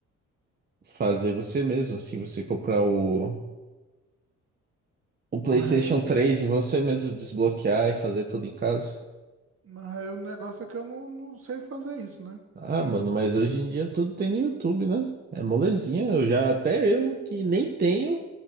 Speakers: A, on the right; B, on the right.
A: fazer você mesmo, assim, você comprar o, o
B: Mas,
A: PlayStation
B: eu-
A: 3 e você mesmo desbloquear e fazer tudo em casa?
B: mas eu- o negócio é que eu não, não sei fazer isso, né?
A: Ah,
B: É,
A: mano, mas hoje em dia tudo tem no YouTube, né? É molezinha. Eu já, até eu que nem tenho,